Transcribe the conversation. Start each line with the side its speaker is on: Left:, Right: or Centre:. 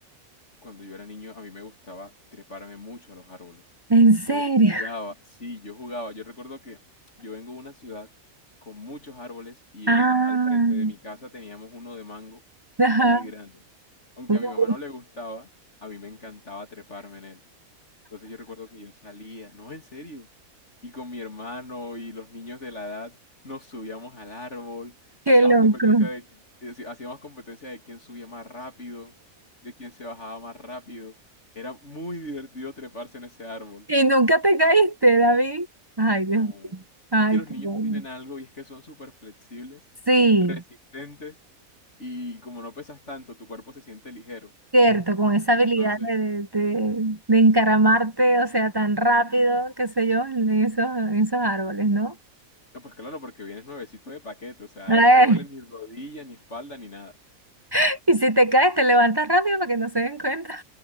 Left: Cuando yo era niño, a mí me gustaba treparme mucho a los árboles.
Right: ¿En serio?
Left: Yo jugaba, sí, yo jugaba. Yo recuerdo que yo vengo de una ciudad con muchos árboles y
Right: Ah,
Left: en- al frente de mi casa teníamos uno de mango
Right: ajá.
Left: muy grande. Aunque
Right: Uy,
Left: a mi mamá no le gustaba, a mí me encantaba treparme en él. Entonces yo recuerdo que yo salía, no, en serio, y con mi hermano y los niños de la edad nos subíamos al árbol,
Right: qué
Left: hacíamos
Right: loco.
Left: competencia de, eh, sí, hacíamos competencia de quién subía más rápido, de quién se bajaba más rápido. Era muy divertido treparse en ese árbol.
Right: ¿Y nunca te caíste, David? Ay,
Left: No,
Right: Dios mío. Ay,
Left: es que los
Right: qué
Left: niños
Right: bueno.
Left: tienen algo y es que son súper flexibles,
Right: Sí,
Left: resistentes y como no pesas tanto, tu cuerpo se siente ligero.
Right: cierto, con esa
Left: Entonces,
Right: habilidad de, de, de- de encaramarte, o sea, tan rápido, qué sé yo, en esos, en esos árboles, ¿no?
Left: No, pues claro, porque vienes nuevecito de paquete, o sea,
Right: Ay,
Left: ahí no te duele ni rodilla, ni espalda, ni nada.
Right: <laughs> y si te caes, te levantas rápido para que no se den cuenta.